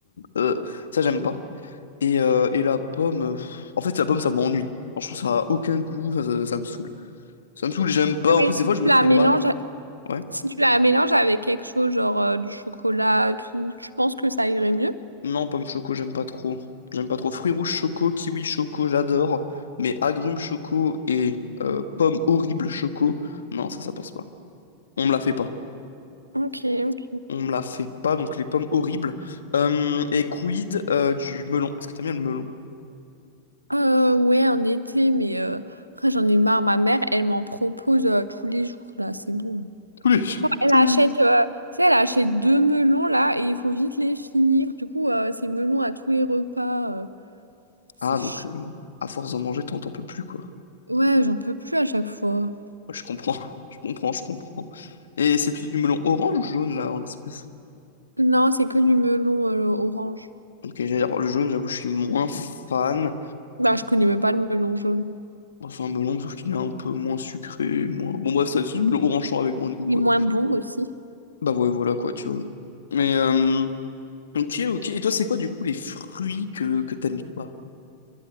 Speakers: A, on the left (about 70°); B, on the right (about 80°).
A: Euh, ça, j'aime pas. Et, euh, et la pomme... euh, pff, En fait, la pomme, ça m'ennuie. Genre, Je trouve ça a aucun goût, ça, ça ça me saoule. Ça me saoule, j'aime pas.
B: Ouais, mais
A: En plus,
B: si
A: des fois,
B: tu
A: je me
B: la
A: fais
B: mélanges,
A: mal. Ouais.
B: si tu la mélanges avec quelque chose, genre euh, du chocolat, et tout, tu penses que ça irait mieux?
A: Non, pomme choco, j'aime pas trop. J'aime pas trop. Fruits rouges choco, kiwi choco, j'adore. Mais agrumes choco et euh, pommes horribles choco, non, ça, ça passe pas. On me la fait pas.
B: Ok, ok.
A: On me la fait pas, donc les pommes horribles. Euh, et quid euh, du melon? Est-ce que t'aimes bien le melon?
B: Euh, ouais, en été, mais euh, après, j'en ai marre. Ma mère, elle m'en propose euh, tous les jours, là, c'est bon.
A: Tous les jours.
B: Genre, elle
A: tous
B: achète,
A: les jours.
B: euh, tu sais, elle achète deux melons là et il faut vite les finir. Du coup, euh, c'est melons à tous les repas. euh, c'est
A: Ah,
B: chi-
A: donc, euh, à force d'en manger, t'en t'en peux plus, quoi.
B: Ouais, j'en peux plus à chaque fois.
A: Ouais, je comprends, <laughs> je comprends, je comprends. Et c'est plutôt du melon orange ou jaune, là, en l'espèce?
B: Non, c'est que du melon euh, orange.
A: Ok, j'allais dire, le jaune, j'avoue, je suis moins fan.
B: Bah, je connais même pas le melon jaune.
A: Bon, c'est un melon, sauf qu'il est un peu moins sucré, moins... Bon bref, ça, c'est du melon orange avec moins de goût,
B: Il
A: quoi.
B: est moins bon aussi.
A: Bah ouais, voilà, quoi, tu vois. Mais, euh, ok, ok. Et toi, c'est quoi, du coup, les fruits que, que t'aimes pas?